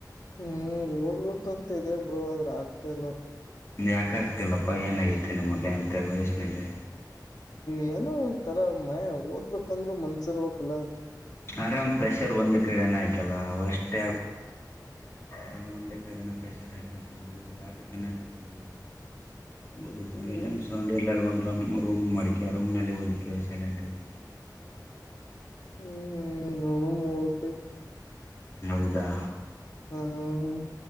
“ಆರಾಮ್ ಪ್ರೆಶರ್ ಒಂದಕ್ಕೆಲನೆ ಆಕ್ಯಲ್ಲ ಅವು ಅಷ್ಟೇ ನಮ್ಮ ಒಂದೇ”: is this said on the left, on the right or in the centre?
Left